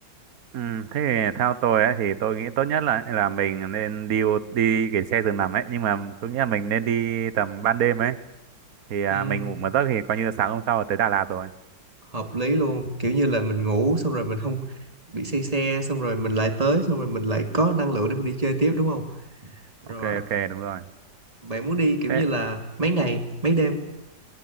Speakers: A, on the right; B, on the right.
A: ừ, thế thì theo tôi ấy thì tôi nghĩ tốt nhất là là mình nên đi ô- đi cái xe giường nằm ấy nhưng mà tôi nghĩ là mình nên đi tầm ban đêm ấy thì à,
B: Ừm,
A: mình ngủ một giấc thì coi như sáng hôm sau là tới Đà Lạt rồi
B: hợp lý luôn kiểu như là mình ngủ xong rồi mình không bị say xe xong rồi mình lại tới xong rồi mình lại có năng lượng để mình đi chơi tiếp đúng không Rồi,
A: ok ok đúng rồi
B: bạn muốn đi kiểu
A: thế
B: như là mấy ngày, mấy đêm?